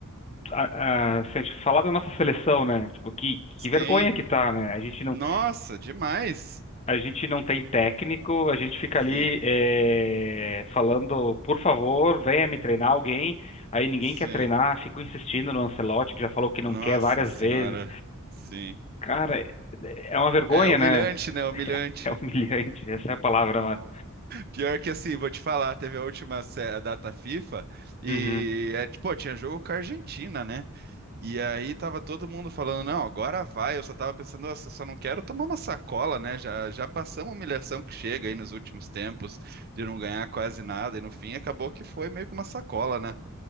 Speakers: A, on the left; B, on the right.
A: a, a- se a gente falar da nossa seleção, né? Tipo, que,
B: Sim.
A: que vergonha que tá, né? A gente não,
B: Nossa, demais.
A: a gente não tem técnico, a gente fica
B: Sim,
A: ali é, falando, por favor, venha me treinar alguém. Aí ninguém
B: sim.
A: quer treinar, fico insistindo no Ancelotti, que já falou que não
B: Nossa
A: quer várias
B: senhora.
A: vezes.
B: Sim.
A: Cara, é é uma vergonha,
B: É humilhante,
A: né?
B: né? Humilhante.
A: <laughs> É humilhante, essa é a palavra, mano.
B: Pior que assim, vou te falar, teve a última sé- a data FIFA e
A: Uhum,
B: é tipo, pô, tinha jogo com a Argentina, né? E aí tava todo mundo falando, não, agora vai. Eu só tava pensando, nossa, só não quero tomar uma sacola, né? Já, já passamos a humilhação que chega aí nos últimos tempos de não ganhar quase nada e no fim acabou que foi meio que uma sacola, né?